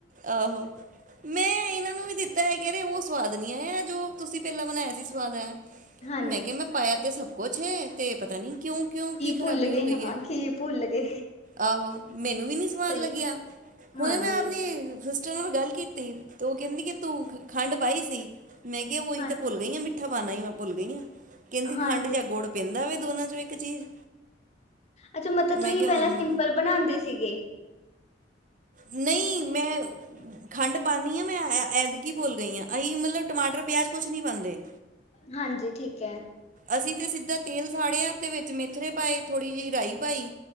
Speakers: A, on the right; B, on the left.
A: ਆਹੋ। ਮੈਂ ਇਨਾਂ ਨੂੰ ਵੀ ਦਿੱਤਾ, ਏ ਕੇਨੇ ਓ ਸਵਾਦ ਨੀਂ ਆਏਆ ਜੋ ਤੁਸੀ ਪੈਲਾਂ ਬਨਾਏਆ ਸੀ, ਸਵਾਦ ਆਏਆ।
B: ਹਾਂ
A: ਮੈਂ ਕੇਆ, ਮੈਂ ਪਾਏਆ ਤੇ ਸਭ ਕੁਛ ਐ। ਤੇ ਪਤਾ ਨੀ ਕਿਉਂ ਕਿਓਂ ਕੀ ਖ਼ਰਾਬੀ
B: ਭੁੱਲ ਗਏ
A: ਹੋ ਗਈ
B: ਹਾਂ
A: ਐ,
B: ਕੀ ਭੁੱਲ ਗਏ
A: ਆਹੋ ਮੈਨੂੰ ਵੀ ਨੀ ਸਵਾਦ
B: ਸਹੀ
A: ਲੱਗੇਆ।
B: ਹਾਂਜੀ।
A: ਹੁਨ ਮੈਂ ਆਪਨੀ। ਸਿਸਟਰ ਨਾਲ ਗੱਲ ਕੀਤੀ ਤੇ ਓ ਕੇਂਦੀ ਕਿ ਤੂੰ ਖੰਡ ਪਾਈ ਸੀ, ਮੈਂ ਕੇਆ ਓਈ
B: ਹਾਂ
A: ਤੇ ਭੁੱਲ ਗਈ। ਗਈ ਆਂ, ਮਿੱਠਾ ਪਾਨਾ ਈ ਮੈਂ ਭੁੱਲ ਗਈ ਆ, ਕੇਂਦੀ ਖੰਡ
B: ਹਾਂਜੀ
A: ਜਾਂ ਗੁੜ ਪੈਂਦਾ ਵੇ ਦੋਨਾਂ ਚੋਂ ਇੱਕ ਚੀਜ਼
B: ਅੱਛਾ, ਮਤਲਬ ਤੁਸੀਂ
A: ਮੈਂ ਕਿਹਾ
B: ਪੈਲਾਂ
A: ਹੁਣ ਮੈਂ
B: ਸਿੰਪਲ ਬਣਾਂਦੇ ਸੀਗੇ।
A: ਨਈਂ ਮੈਂ ਖੰਡ ਪਾਨੀਂ ਆਂ ਮੈਂ, ਐਤਕੀਂ ਭੁਲ ਗਈ ਆਂ। ਅਸੀ ਮਤਲਬ ਟਮਾਟਰ, ਪਿਆਜ ਕੁਛ ਨਹੀਂ ਪਾਂਦੇ।
B: ਹਾਂਜੀ ਠੀਕ ਐ।
A: ਅਸੀਂ ਤੇ ਸਿੱਧਾ ਤੇਲ ਸਾੜੇਆ, ਤੇ ਵਿੱਚ ਮੇਥਰੇ ਪਾਏ ਥੋੜ੍ਹੀ ਜੇਈ ਰਾਈ ਪਾਈ।